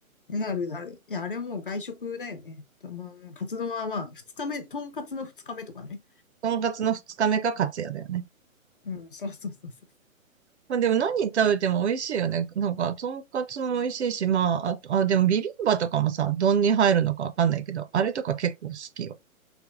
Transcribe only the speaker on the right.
とんかつの二日目かカツやだよね。
まあ、でも何食べても美味しいよね。なんか、とんかつも美味しいし、まあ、あと、あ、でもビビンバとかもさ、丼に入るのかわかんないけど、あれとか結構好きよ。